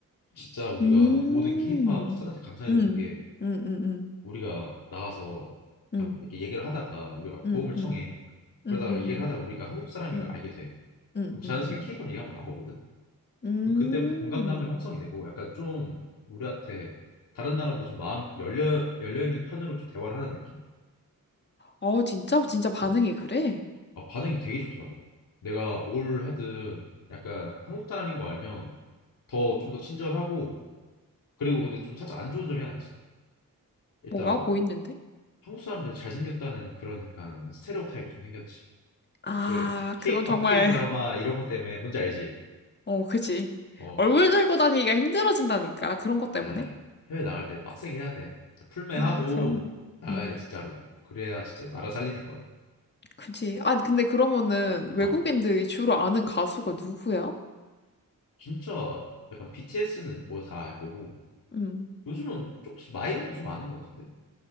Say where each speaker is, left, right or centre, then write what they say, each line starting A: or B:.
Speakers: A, on the left; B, on the left.
A: 진짜 우리가
B: 음,
A: 모든 케이팝 스타들한테 감사해야
B: 음, 음,
A: 되는 게
B: 음, 음,
A: 우리가 나가서
B: 음,
A: 약간 이렇게 얘기를 하다가 우리가 막
B: 음,
A: 도움을 청해.
B: 음,
A: 그러다가
B: 음, 음,
A: 얘기를 하다가 우리가 한국 사람인
B: 음,
A: 걸 알게 돼. 그럼 자연스럽게
B: 음, 음.
A: 케이팝 얘기 한번 나오거든.
B: 음.
A: 그럼 그때부터 공감도 한번 형성이 되고 약간 좀 우리한테 다른 나라보다 좀 마음이 좀 열려 열려 있는 편으로 좀 대화를 하는 느낌?
B: 어, 진짜? 진짜 반응이
A: 어.
B: 그래?
A: 아, 반응이 되게 좋더라고. 내가 뭘 하든 약간 한국 사람인 거 알면 더 좀 더 친절하고 그리고 근데 좀 살짝 안 좋은 점이 하나 있어. 일단
B: 뭐가? 뭐 있는데?
A: 한국 사람들 잘생겼다는 그런 약간 스테레오타입이 좀 생겼지.
B: 아,
A: 애초에 K-팝,
B: 그건 정말,
A: K-드라마
B: <laughs>
A: 이런 것 때문에 뭔지 알지?
B: 어, 그지.
A: 어,
B: 얼굴 들고 다니기가 힘들어진다니까. 그런 것 때문에.
A: 나 해외 나갈 때 빡세게 해야 돼. 진짜 풀매하고
B: 아, 그러네.
A: 나가야
B: 음,
A: 돼 진짜로. 그래야 진짜 나라 살리는 거야.
B: 그지. 아, 근데 그러면은 외국인들이
A: 어,
B: 주로 아는 가수가 누구야?
A: 진짜 약간 BTS는 뭐 다 알 거고
B: 음,
A: 요즘은 조금씩 마이너도 좀 아는 것 같은데.